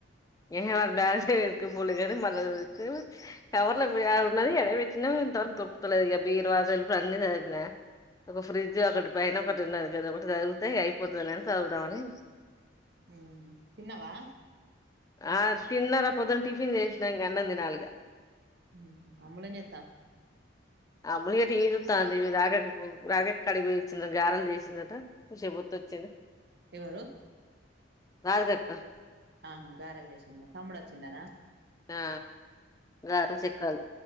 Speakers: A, on the left (about 20°); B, on the right (about 55°).
A: ఏ హ వాడు బ్యాగులో ఎసుకుపోలెగాని <unintelligible> ఇంతవరకు తొరకతలేదు ఇక బీర్వా సెల్ఫు లు అన్నీ సర్దినా ఒక ఫ్రిడ్జ్ ఫ్రిజ్ ఒకటి పైన ఒకటి ఉన్నది గదొక్కటి సర్దుతే అయిపోతుంది లే అని చదువుదామని
B: ఉ తిన్నవా
A: ఆ తిన్నారా పొద్దున టిఫిన్ చేసినా ఇంక అన్నం దినాలి ఇగ
B: ఊహు అమ్ముళేం జేత్తా
A: అమ్ములు ఇగ టీవీ జూత్తాంది రాజెక్కకు రాజెక్క కాడికి బొయొచ్చింది గారెలు జేసింది అన్ త కొస్సేపు వొత్తొచ్చింది
B: ఎవరు
A: రాది కక్క
B: ఆహా గారేలు జేసిందా తమ్ముడు వచ్చిండన
A: ఆ గారెలు చక్రాలు